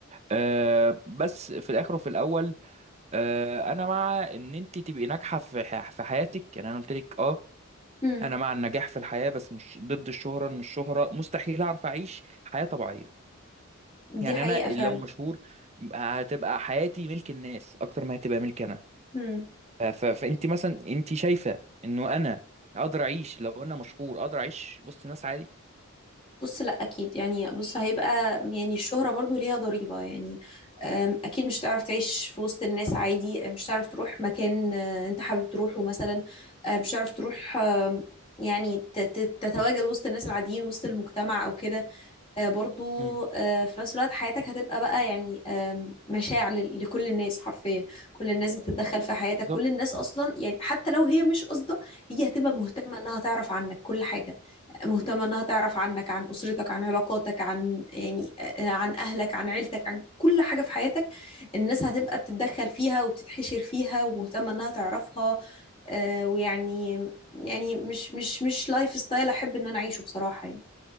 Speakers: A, on the right; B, on the left.
A: أه بس في الاخر وفي الاول أه انا مع ان انت تبقي ناجحه في ح- في حياتك يعني انا قلت لك اه
B: امم
A: انا مع النجاح في الحياه بس مش ضد الشهره ان الشهره مستحيل اعرف اعيش حياه طبيعيه
B: دي
A: يعني
B: حقيقة
A: انا
B: فعلا
A: لو مشهور هتبقى حياتي ملك الناس اكتر ما هتبقى ملك انا
B: امم.
A: ف- ف- فانت مثلا انت شايفه انه انا اقدر اعيش لو انا مشهور اقدر اعيش وسط ناس عادي
B: بص لا اكيد يعني بص هيبقى يعني الشهرة برضو ليها ضريبة يعني أم، اكيد مش هتعرف تعيش في وسط الناس عادي مش هتعرف تروح مكان آه، انت حابب تروحه مثلا آه، مش هتعرف تروح آم، يعني ت- ت- تتواجد وسط الناس العاديين وسط المجتمع او كده آه، برضو
A: مم.
B: آه، في نفس الوقت حياتك هتبقى بقى يعني آم، مشاع ل- لكل الناس حرفيا كل الناس بتتدخل في حياتك
A: بالظبط
B: كل الناس اصلا يعني حتى لو هي مش قصده هي هتبقى مهتمه انها تعرف عنك كل حاجه مهتمه انها تعرف عنك عن اسرتك عن علاقاتك عن يعني آه، عن اهلك عن عيلتك عن كل حاجه في حياتك الناس هتبقى بتتدخل فيها وبتتحشر فيها ومهتمه انها تعرفها آه، ويعني يعني مش مش مش لايف ستايل احب ان انا اعيشه بصراحه يعني